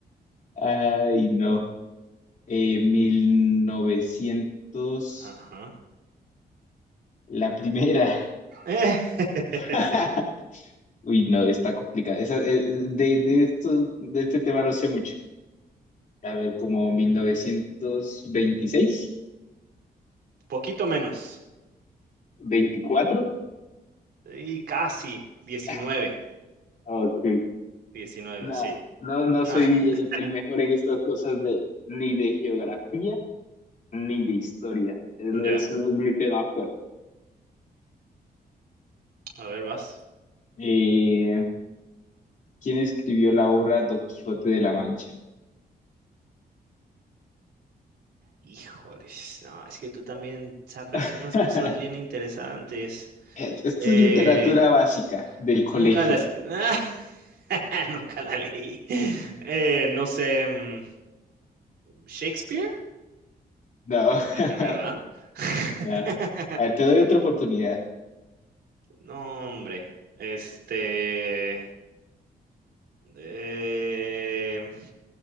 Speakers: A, on the left; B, on the right.
A: Ay, no. Eh, 1900,
B: Ajá.
A: la primera.
B: Eh, <laughs>
A: <laughs>
B: sí.
A: Uy, no, está complicada. Esa, eh, de, de, esto, de este tema no sé mucho. A ver, como 1926,
B: Poquito menos.
A: 24.
B: Y casi. 19,
A: <laughs> Ok.
B: 19,
A: No,
B: sí.
A: no, no
B: No,
A: soy
B: <laughs>
A: el, el mejor en estas cosas de ni de geografía ni de historia. Eh, No
B: ya.
A: es, no es mi tema fuerte.
B: A ver, vas.
A: Eh, ¿quién escribió la obra Don Quijote de la Mancha?
B: Híjoles, no, es que tú también sacas
A: <laughs>
B: unas cosas bien interesantes.
A: Es- Esto
B: Eh,
A: es literatura básica del colegio.
B: Nunca las <laughs> nunca la leí. Eh, no sé, mm, ¿Shakespeare?
A: No,
B: No, nada
A: <laughs>
B: que ver, ¿verdad? <laughs>
A: no. A ver, te doy otra oportunidad.
B: No, hombre. Este, eh,